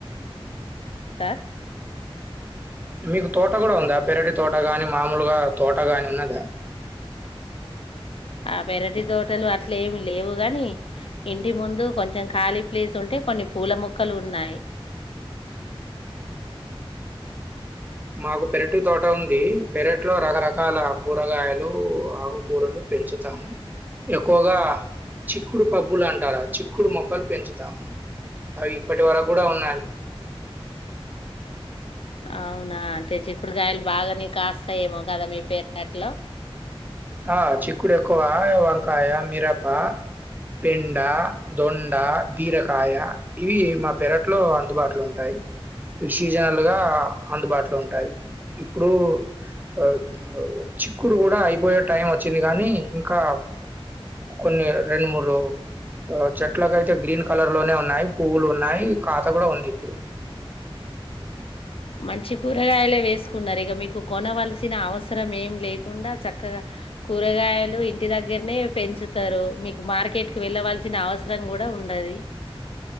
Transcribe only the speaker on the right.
మీకు తోట కూడా ఉందా పెరటి తోట గాని మామూలుగా తోటగాని ఉన్నదా
మాకు పెరటి తోట ఉంది పెరట్ ఇట్లో రకరకాల కూరగాయలు ఆకుకూరలు పెంచుతాము ఎక్కువగా చిక్కుడు పబ్బులు అంట టారా చిక్కుడు మొక్కలు పెంచుతాము అవి ఇప్పటి వరకు కూడా ఉన్నాయ
ఆ చిక్కుడు ఎక్కువ కాయ మిరపా పెండ దొండ బీరకాయ ఇవి మా పెరట్లో అందుబాటులో ఉంటాయి అవి సీజనల్ గా అందుబాటులో ఉంటాయి ఇప్పుడు ఆ చిక్కుడు కూడా అయిపోయే టైం వచ్చింది కానీ ఇంకా కొన్ని రెండు మూడు ఆ చెట్లక అయితే గ్రీన్ కలర్ లోనే ఉన్నాయి పువ్వులు ఉన్నాయి ఖాత కూడా ఉంది ఇప్పుడు